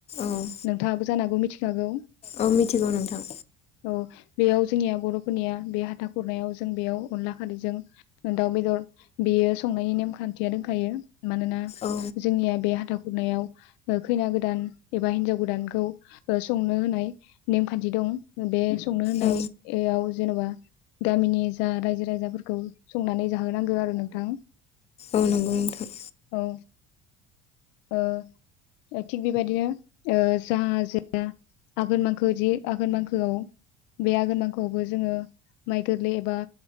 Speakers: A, on the left; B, on the left.
A: औ
B: नोंथाङाबो जानो हागौ मिथिखागौ।
A: औ मिथिगौ नोंथां।
B: औ बेयाव जोंनिया बर'फोरनिया बे हाथा खुरनायाव जों बेयाव अनला खारैजों दाउ बेदर बेयो संनायनि नेमखान्थिया दोंखायो। मानोना
A: औ
B: जोंनिया बे हाथाख <unintelligible> ओ खैना गोदान एबा हिनजाव गोदानखौ ओ संनो होननाय नेमखान्थि दं। बे संनो होनायाव
A: औ
B: एयाव जेनेबा गामिनि जा रायजो राजाफोरखौ संनानै जाहोनांगो आरो नोंथां।
A: औ नोंगौ नोंथां।
B: औ ओ ओ थिग बेबायदिनो ओ <unintelligible> आघोन मांखो जि आघोन मांखोआव बे आघोन मांखोआवबो जोङो माइ गोरलै एबा